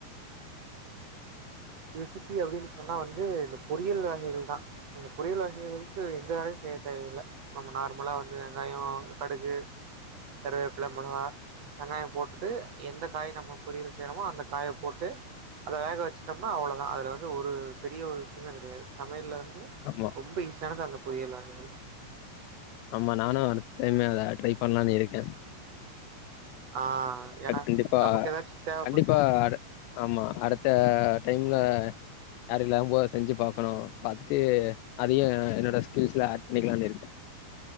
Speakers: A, on the right; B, on the left.
A: ரெசிபி அப்டின்னு சொன்னா வந்து இந்த பொறியல் வகைகள் தா அந்த பொறியல் வகைகளவைத்து எந்த ரைஸ் செய்ய தேவையில்ல நம்ம நார்முலா வந்து வெங்காயோ கடுகு கருவேப்ல மொளகா வெங்காயோ போட்டுட்டு எந்த காய் நம்ம பொரியல் செய்றமோ அந்த காய போட்டு அத வேக வச் சம்னா அவுளதா அதுல வந்து ஒரு பெரிய ஒரு விஷ்யமே கெடையாது சமையல்ல வந்து
B: ஆமா
A: ரொம்ப ஈசியானது அந்த செய்யலா அந்த மாரி
B: ஆமா நானு அடுத்து டைமு வேற ட்ரை பண்லான் இருக்கே
A: ஆ ஏன்னா
B: அது கண்டிப்பா
A: நமக்கு ஏதாச்சும் தேவைப்பட்டு
B: கண்டிப்பா அடு ஆமா அடுத் த டைம்ல யாரு இல்லா போ செஞ்சு பாக்கணு பாத்துட்டு அதியு என்னோட ஸ்கில்ஸ்ல ஆட் பண்ணிக்கிலான் இருக்க